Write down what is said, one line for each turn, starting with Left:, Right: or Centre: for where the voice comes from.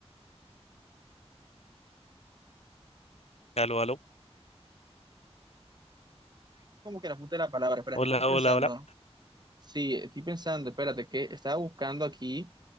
Left: aló, aló,
Right: Como que la puta de la palabra, espérate,
Left: hola,
Right: estoy pensando.
Left: hola, hola,
Right: Sí, estoy pensando, espérate, que estaba buscando aquí